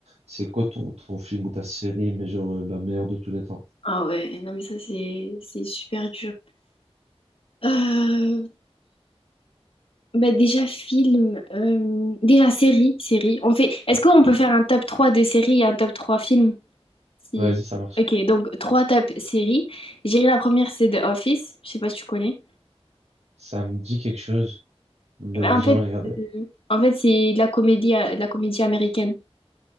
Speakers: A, on the right; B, on the left.
A: c'est quoi ton, ton film ou ta série, mais genre euh, la meilleure de tous les temps?
B: Ah ouais, non, mais ça, c'est c'est super dur. Euh, Bah déjà film, euh, déjà série, série. On fait. Est-ce qu'on peut faire un top 3 des séries et un top 3 films? Si...
A: Vas-y, ça marche.
B: Ok, donc 3 top séries. J'irai la première, c'est The Office. Je sais pas si tu connais.
A: Ça me dit quelque chose, mais
B: Mais en
A: jamais
B: fait,
A: regardé.
B: euh, en fait c'est de la comédie, euh, de la comédie américaine.